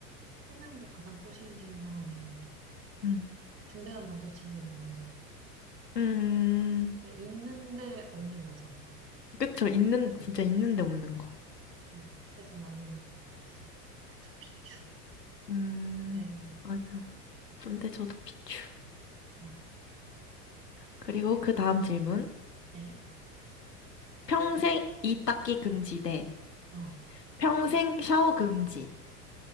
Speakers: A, on the right; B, on the left.
A: 세상에서 가장 꼬시기 싫은 사람이
B: 음.
A: 군대 간 남자친구 있는 여자라고.
B: 음,
A: 그러니까 있는데 없는 거잖아.
B: 그쵸. 있는, 진짜 있는데 없는 거.
A: 어, 그래서 나는 하여피추
B: 음.
A: 내가
B: 맞아. 근데 저도 비추.
A: 어,
B: 그리고 그 다음 질문.
A: 네.
B: 평생 이 닦기 금지 대
A: 어,
B: 평생 샤워 금지가